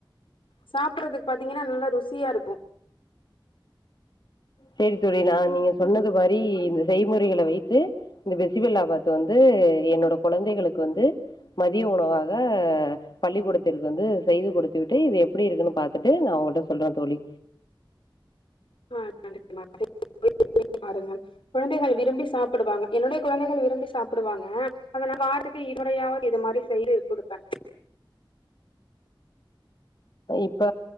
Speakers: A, on the left; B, on the left.
A: சாப்பட்றதுக் பாத்தீங்கன்னா நல்லா ருசியா இருக்கு
B: சேரி தோழி நா நீங்க சொன்னது மாரி இந்த செய்முறைகள வைத்து இந்த பெசிபெல்லா பாத் வந்து என்னோட கொழந்தைகளுக் வந்து மதிய உணவாக பள்ளிக்கூடத்திற்கு வந்து செய்து கொடுத்து விட்டு இது எப்பிடி இருக்குன்னு பாத்தட்டு நா உங்கள்ட்ட சொல்றே தோழி
A: ஆ <inaudible> பாருங்க குழந்தைகள் விரும்பி சாப்புடுவாங்க என்னுடைய குழந்தைகள் விரும்பி சாப்புடுவாங்க அதனால் வாரத்துக்கு இரு முறையாவது இது மாரி செய்து குடுப்பே
B: இப்ப